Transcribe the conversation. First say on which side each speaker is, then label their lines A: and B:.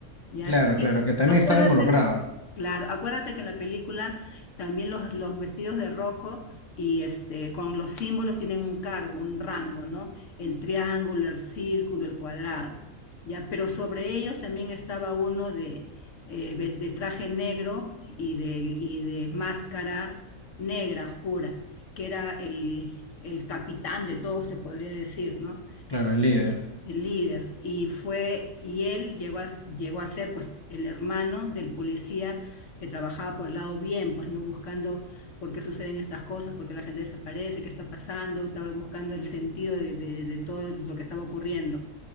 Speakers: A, on the left; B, on the left.
A: Ya
B: Claro,
A: es- Sí.
B: claro, que también
A: Acuérdate,
B: estaba involucrado.
A: claro, acuérdate que en la película también los, los vestidos de rojo y este con los símbolos tienen un cargo, un rango, ¿no? El triángulo, el círculo, el cuadrado. Ya, pero sobre ellos también estaba uno de, eh, ve- de traje negro y de, y de máscara negra, oscura, que era el, el capitán de todos, se podría decir, ¿no?
B: Claro, el líder.
A: el líder, y fue, y él llegó a, llegó a ser pues el hermano del policía que trabajaba por el lado bien, pues no buscando por qué suceden estas cosas, por qué la gente desaparece, qué está pasando, estaba buscando el sentido de, de- de todo lo que estaba ocurriendo.